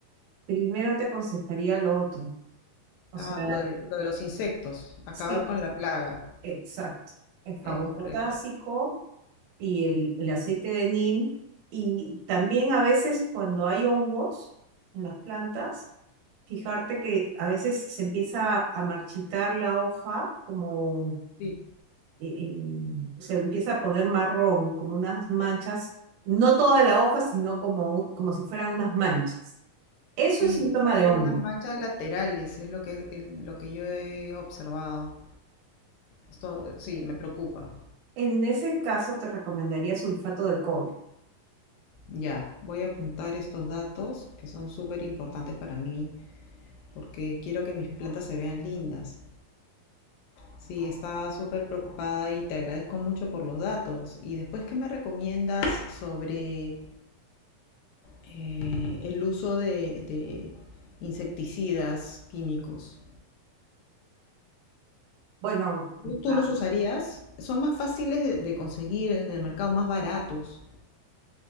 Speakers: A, on the right (about 80°); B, on the left (about 80°).
A: Primero te aconsejaría lo otro. O
B: Ah,
A: sea,
B: lo de, lo de los insectos, acabar
A: sí,
B: con la plaga,
A: exacto. El jabón
B: es correcto.
A: potásico y el, el aceite de neem. Y también a veces cuando hay hongos en las plantas, fijarte que a veces se empieza a marchitar la hoja, como
B: Sí,
A: eh, eh, se empieza a poner marrón, como unas manchas, no toda la hoja, sino como, un- como si fueran unas manchas. Eso
B: sí,
A: es síntoma
B: salen
A: de hongo.
B: unas manchas laterales, es lo que, el- lo que yo he observado. Esto sí, me preocupa.
A: En ese caso te recomendaría sulfato de cobre.
B: Ya, voy a apuntar estos datos que son súper importantes para mí, porque quiero que mis plantas se vean lindas. Sí, estaba súper preocupada y te agradezco mucho por los datos. ¿Y después qué me recomiendas sobre eh, el uso de, de insecticidas químicos.
A: Bueno,
B: ¿Tú
A: ah,
B: los usarías? Son más fáciles de, de conseguir en el mercado, más baratos.